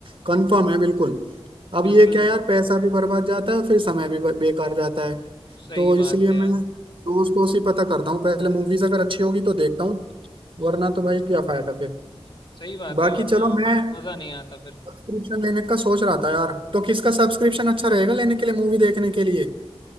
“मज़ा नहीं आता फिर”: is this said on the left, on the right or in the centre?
Left